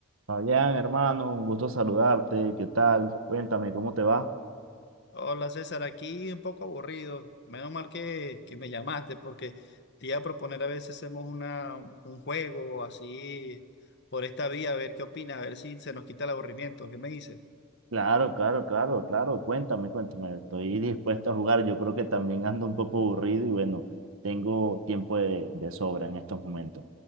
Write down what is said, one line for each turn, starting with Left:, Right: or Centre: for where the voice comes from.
Right: Fabián, hermano, un gusto saludarte. ¿Qué tal? Cuéntame, ¿cómo te va?
Left: Hola César, aquí un poco aburrido. Menos mal que, que me llamaste porque te iba a proponer a ver si hacemos una, un juego así por esta vía, a ver qué opina, a ver si se nos quita el aburrimiento. ¿Qué me dices?
Right: Claro, claro, claro, claro. Cuéntame, cuéntame. Estoy dispuesto a jugar. Yo creo que también ando un poco aburrido y bueno, tengo tiempo de, de sobra en estos momentos.